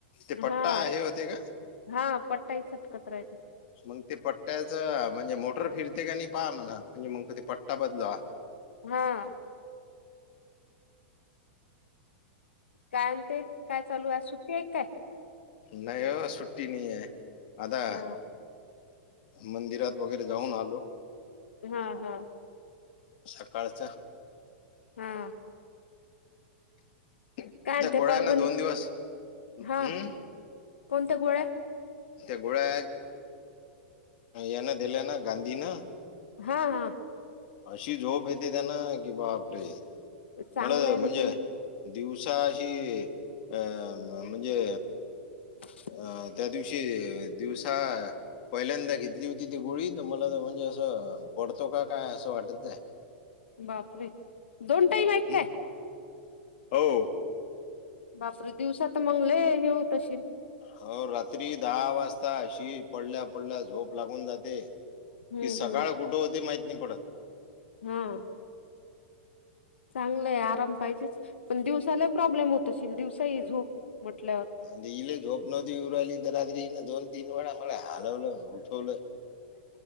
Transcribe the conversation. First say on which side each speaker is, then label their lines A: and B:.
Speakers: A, on the left; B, on the left.
A: ते पट्टा
B: हा
A: हे होतंय का?
B: हा पट्टाई सटकत राहते.
A: मग ते पट्ट्याच म्हणजे मोटर फिरते का नाही पहा म्हणा म्हणजे मग ते पट्टा बदलवा.
B: हा काय म्हणते? काय चालू आहे सुट्टी आहे का काय?
A: नाय ओ सुट्टी नाहीये, आता
B: हा
A: मंदिरात वगैरे जाऊन आलो.
B: हा हा
A: सकाळच अन.
B: हा.
A: त्या
B: काय म्हणते
A: गोळ्यानं
B: परभणी
A: दोन दिवस हम्म?
B: हा कोणत्या गोळ्या
A: त्या गोळ्या यानं दिल्या ना गांधींन.
B: हा हा.
A: अशी झोप येते त्यांना की बापरे,
B: चांगलं
A: मला
B: आहे ना
A: म्हणजे.
B: मग
A: दिवसाशी, अ म्हणजे.
B: <inaudible>
A: अं त्या दिवशी दिवसा. पहिल्यांदा घेतली होती ती गोळी तर मला तर म्हणजे असं पडतो का काय असं वाटत जाय.
B: बापरे दोन टाईम हाय काय?
A: हं. हो
B: बापरे दिवसा तर मग लय य ह्या होतं असेल.
A: हो रात्री दहा वाजता अशी, पडल्या पडल्या झोप लागून जाते.
B: हम्म
A: कि सकाळ
B: हम्म
A: कुठं होते माहित नाय पडत.
B: हा चांगलंय आराम पाहिजेच पण दिवसाला प्रॉब्लेम होत असल, दिवसाही झोप म्हटल्यावर
A: अ इल्ले झोप नवती येवून राहिले. तर रात्री इन दोन तीन वेळा मला हालवलं. उठवलं